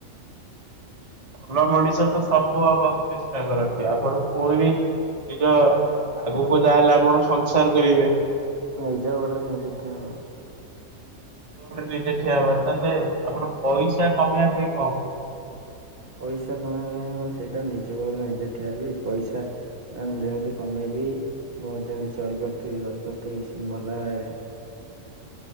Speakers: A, on the right; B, on the right.
A: ଭଲ ମଣିଷତ ସବୁ ହବାକୁ ଚେଷ୍ଟା କରନ୍ତି ଆପଣ ପୁଣି ବି ନିଜ ଆଗକୁ ଯାହାହେଲେ ଆପଣ ସଂସାର କରିବେ।
B: ନିଜ ଗୋଡରେ ନିଜେ ଠିଆ ହୁଅ।
A: ନିଜେ ଗୋଡ଼ରେ ନିଜେ ଠିଆ ହବା ତାହେଲେ ଆପଣ ପଇସା କମେଇବା ପାଇଁ କଣ?
B: ପଇସା କଣ <unintelligible> ସେଇଟା ନିଜ ଗୋଡ଼ରେ ନିଜେ ଠିଆ ହେବି ପଇସା। ଯେମିତି କମେଇବି ମୁଁ ଯେମିତି ଚଳି ପାରୁଥିବି ରହିପାରୁଥିବି ସେମତି ଭଲଭାବରେ।